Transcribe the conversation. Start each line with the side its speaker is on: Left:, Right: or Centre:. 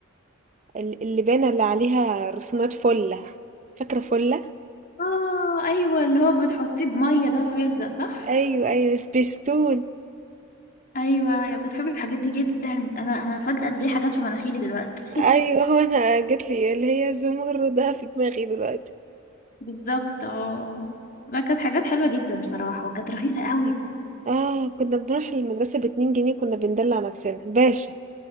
Right: ال- اللبانة اللي عليها رسومات فلة فاكرة فلة
Left: اه ايوه اللي هو بتحطيه بميه ده ويلزق صح
Right: ايوه ايوه سبيستون
Left: ايوه يا كنت بحب الحاجات دي جدا انا انا فجأة الريحة جت في مناخيري دلوقتي
Right: ايوه
Left: <laughs>
Right: هو انا جت لي اللي هي زمردة في دماغي دلوقتي
Left: بالظبط اه ما كانت حاجات حلوة جدا بصراحة وكانت رخيصة قوي
Right: اه كنا بنروح المدرسة باتنين جنيه كنا بندلع نفسنا باشا